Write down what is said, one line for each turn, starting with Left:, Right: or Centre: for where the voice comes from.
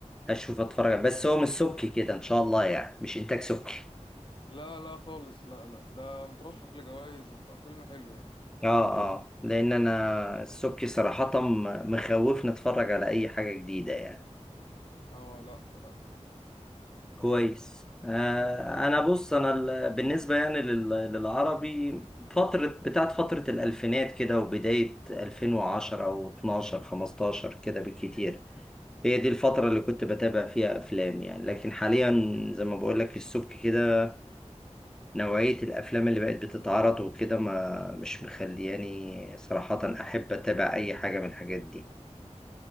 Centre: هشوف اتفرج بس هو مش سبكي كده ان شاء الله يعني مش انتاج سبكي
Left: لا لا خالص لا لا ده مترشح لجوائز وبتاع فيلم حلو يعني
Centre: اه اه لان انا السبكي صراحة م- مخوفني اتفرج على اي حاجة جديدة يعني
Left: اه لا لا
Centre: كويس آه انا بص انا ال- بالنسبة يعني لل- للعربي فترة بتاعت فترة الالفينات كده وبداية 2010 او 12 15 كده بالكتير هي دي الفترة اللي كنت بتابع فيها افلام يعني لكن حاليا زي ما بقول لك السبكي كده نوعية الافلام اللي بقت بتتعرض وكده ما مش مخلياني صراحة احب اتابع اي حاجة من الحاجات دي